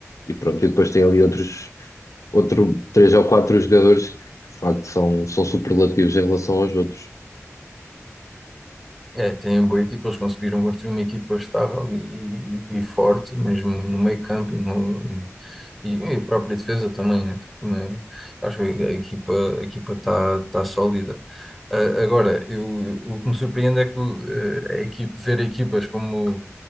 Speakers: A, on the left; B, in the centre.
A: E pronto, e depois tem ali outros, outro, três ou quatro jogadores que de facto são, são superlativos em relação aos outros.
B: É, tem uma boa equipa, eles conseguiram construir uma equipa estável e, e e forte, mesmo no meio campo e, no, e, e a própria defesa também, né? Também acho que a equipa, a equipa está tá tá sólida. Ah, agora, eu, o que me surpreende é que eh, a equipe, ver equipas como,